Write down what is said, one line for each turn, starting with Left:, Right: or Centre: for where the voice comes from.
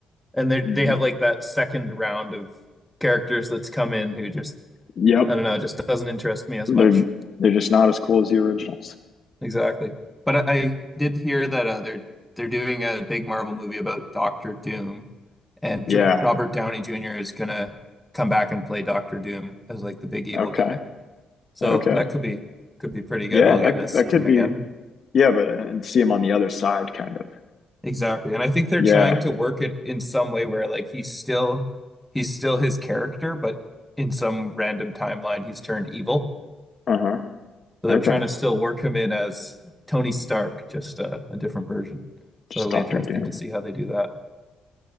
Centre: And they they
Left: hmm
Centre: have like that second round of characters that's come in who just
Left: Yep,
Centre: I don't know, just doesn't interest me as
Left: they're
Centre: much.
Left: they're just not as cool as the originals.
Centre: Exactly. But I, I did hear that uh, they're they're doing a big Marvel movie about Doctor Doom, and
Left: Yeah.
Centre: Dr Robert Downey Jr. is gonna come back and play Doctor Doom as like the big evil
Left: Okay.
Centre: guy. So
Left: Okay.
Centre: that could be could be pretty good.
Left: Yeah,
Centre: We'll
Left: that
Centre: get to see
Left: that could
Centre: him
Left: be
Centre: again.
Left: Yeah, but uh, and see him on the other side, kind of.
Centre: Exactly. And I think they're
Left: Yeah.
Centre: trying to work it in some way where like he's still he's still his character, but in some random timeline he's turned evil.
Left: Uh-huh.
Centre: So they're
Left: Okay.
Centre: trying to still work him in as Tony Stark, just uh, a different version.
Left: Just
Centre: So it'll
Left: Doctor
Centre: be interesting
Left: Doom.
Centre: to see how they do that.